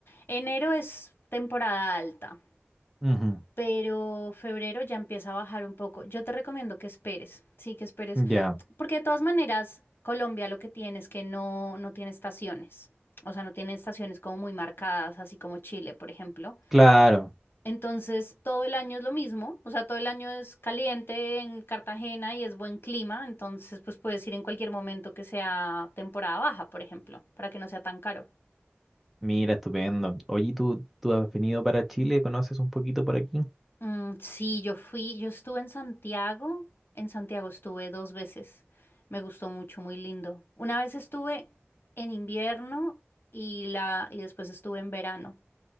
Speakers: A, on the left (about 55°); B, in the centre.
A: enero es temporada alta,
B: Ujú,
A: pero febrero ya empieza a bajar un poco. Yo te recomiendo que esperes, sí, que esperes,
B: Ya,
A: porque de todas maneras, Colombia lo que tiene es que no, no tiene estaciones, o sea, no tiene estaciones como muy marcadas, así como Chile, por ejemplo.
B: claro.
A: Entonces, todo el año es lo mismo, o sea, todo el año es caliente en Cartagena y es buen clima, entonces, pues puedes ir en cualquier momento que sea temporada baja, por ejemplo, para que no sea tan caro.
B: Mira, estupendo. Oye, ¿tú, tú has venido para Chile? ¿Conoces un poquito por aquí?
A: Mm, sí, yo fui, yo estuve en Santiago, en Santiago estuve dos veces, me gustó mucho, muy lindo. Una vez estuve en invierno y la y después estuve en verano